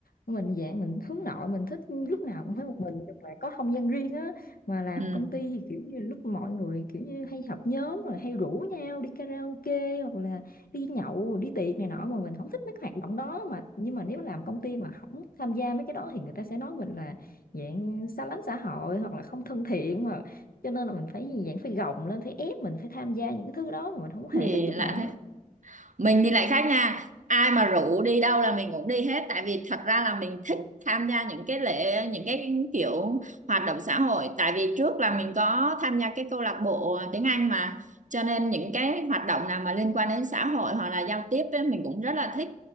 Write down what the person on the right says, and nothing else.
ừ
Cái
gì
lạ
thế
mình thì lại khác nha ai mà rủ đi đâu là mình cũng đi hết tại vì thật ra là mình thích tham gia những cái lễ những cái kiểu hoạt động xã hội tại vì trước là mình có tham gia cái câu lạc bộ tiếng Anh mà cho nên những cái hoạt động nào mà liên quan đến xã hội hoặc là giao tiếp ấy, mình cũng rất là thích